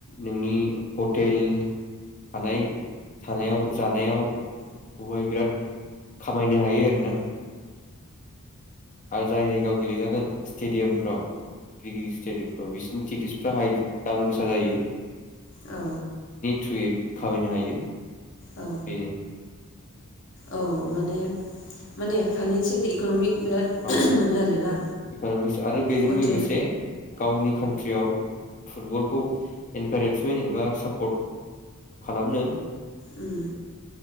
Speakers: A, on the left; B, on the left.
A: नोंनि हटेल थानाय थानायाव जानायाव बहाय बिराद खामायनो हायो आरोना आय जाय जायगायाव गेलेेजागोन स्टेडियामफ्राव गिदिर गिदिर स्टेडियामफ्राव बिसोरनि टिकेटसफ्रा हाइ दाम गोसा जायो।
B: औ
A: थुयै खामायनो हायो।
B: औ
A: बेनो
B: औ माने माने फाइनसियेल इक'नमिक बिराद
A: औ
B: मोनो आरोना
A: इक'न'मिक्स आरो बेजों
B: हटेल
A: लोगोसे गावनि खान्थ ट्रियाव फुटबलखौ इनकारेजमेन्ट एबा सापर्ट खालामनो
B: उम